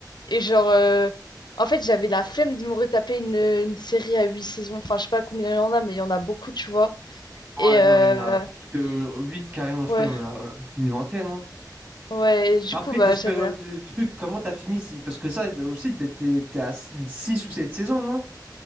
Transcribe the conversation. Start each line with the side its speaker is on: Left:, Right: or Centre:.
Left: Et genre, euh, en fait, j'avais la flemme de me retaper une, une série à huit saisons. Enfin, je sais pas combien il y en a, mais il y en a beaucoup, tu vois.
Right: Ah
Left: Et
Right: Ouais,
Left: euh,
Right: non, il y en a plus que 8 carrément, je
Left: ouais,
Right: crois, il y en a euh, une vingtaine. hein.
Left: ouais, et du
Right: Après,
Left: coup, bah,
Right: Desperate
Left: j'avais la...
Right: euh, trucs, comment t'as fini? si- Parce que ça aussi, t'es t'es- t'es à 6 ou 7 saisons, non?